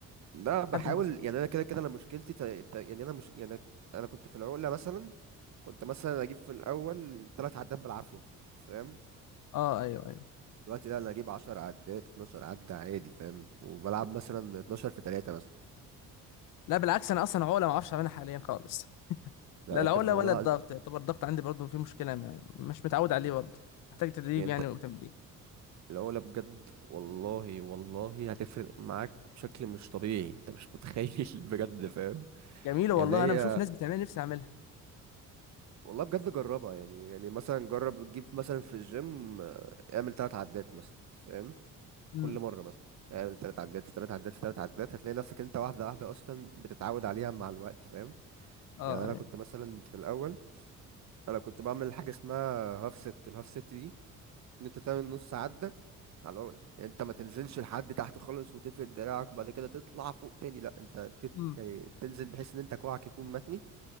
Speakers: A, on the right; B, on the left.
A: لا بحاول
B: لحد ما اوصل
A: يعني انا كده كده انا مشكلتي ت... ت... يعني انا مش يعني انا كنت في العقلة مثلا كنت مثلا اجيب في الاول تلات عدات بالعافية فاهم
B: اه ايوه ايوه
A: دلوقتي لا انا اجيب 10 عدات 12 عدة عادي فاهم وبلعب مثلا 12 في 3 مثلا
B: لا بالعكس انا اصلا عقله ما اعرفش اعملها حاليا خالص
A: لا
B: لا
A: لا
B: العقله
A: بجد والله
B: ولا
A: العظيم
B: الضغط يعتبر الضغط عندي برضه فيه مشكله ما مش متعود عليه برضه محتاج تدريب
A: يعني
B: يعني
A: انت
B: وتمرين
A: العقلة بجد والله والله هتفرق معاك بشكل مش طبيعي انت مش متخيل <laughs> بجد فاهم
B: جميله والله
A: يعني هي
B: انا بشوف ناس بتعملها نفسي اعملها
A: والله بجد جربها يعني يعني مثلا جرب تجيب مثلا في الجيم آه، اعمل تلات عدات مثلا فاهم
B: امم
A: كل مرة مثلا اعمل تلات عدات في تلات عدات في تلات عدات هتلاقي نفسك انت واحدة واحدة اصلا بتتعود عليها مع الوقت فاهم
B: اه
A: يعني انا
B: ايوه
A: كنت مثلا في الاول انا كنت بعمل حاجه اسمها هاف ست الهاف ست دي ان انت تعمل نص عده على العقله يعني انت ما تنزلش لحد تحت خالص وتفرد دراعك وبعد كده تطلع فوق تاني لا انت تت...
B: امم
A: يعني تنزل بحيث ان انت كوعك يكون متني